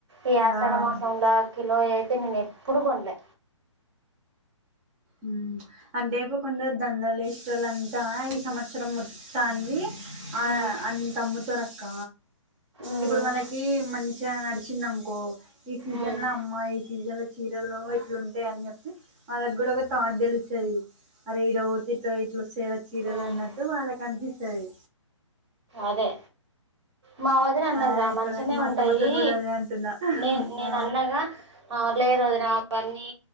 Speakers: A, on the right (about 60°); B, on the right (about 20°).
A: ఈ ఆషాఢ
B: ఆ
A: మాసంలో కిలో అయితే నేను ఎప్పుడు కొనలే
B: ఊ అంటే ఇపు కొంద దందలు యేష్టలంతా ఈ సంవత్సరం తన్వి ఆ
A: ఉమ్
B: అంత మొ తొరక్క
A: ఉమ్
B: ఇప్పుడు మళ్నకి మంచిగా నడిచిందనుకో ఈ సీజన్
A: ఉమ్
B: లో అమ్మ ఈ సీజన్ లో చీరలు ఇట్లు ఉంటాయ అని చెప్పి వాళ్ళకి కూడా ఒక థాట్ తెలుస్తది అరే ఇడ పోతే ఇట్లా సేర చీరలు
A: ఉమ్
B: అన్నట్టు వాళ్ళకి అనిపిస్తది
A: అదే మా వదిన అన్నది
B: ఆ
A: రా
B: ఇప్పటిదాకా
A: మంచగానే
B: మా
A: ఉంటాయి
B: అత్తమ్మతోని కూడా అదే అంటున్నా
A: నేను నేను
B: ఆ
A: అన్నగా ఆ లేదు వదిన అవన్నీ